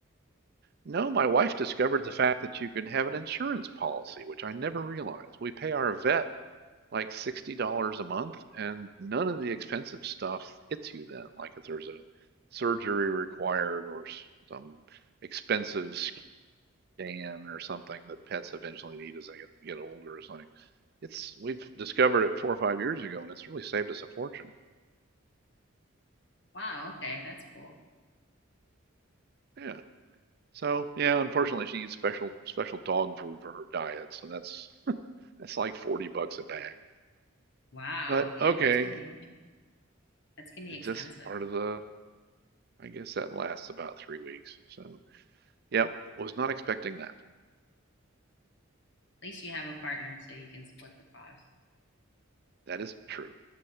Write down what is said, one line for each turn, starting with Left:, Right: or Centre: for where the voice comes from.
Right: No, my wife discovered the fact that you can have an insurance policy, which I never realized. We pay our vet like sixty dollars a month, and none of the expensive stuff hits you then. Like if there's a surgery required or some expensive scan or something that pets eventually need as they get, get older, it's like it's we've discovered it four or five years ago, and it's really saved us a fortune.
Left: Wow, okay, that's cool.
Right: Yeah. So yeah, unfortunately, she eats special special dog food for her diet, so that's that's like forty bucks a bag.
Left: Wow.
Right: But
Left: Yeah,
Right: okay,
Left: pets can be pets can be
Right: and
Left: expensive.
Right: just part of the. I guess that lasts about three weeks. So. Yep. Was not expecting that.
Left: At least you have a partner so you can split the cost.
Right: That is true.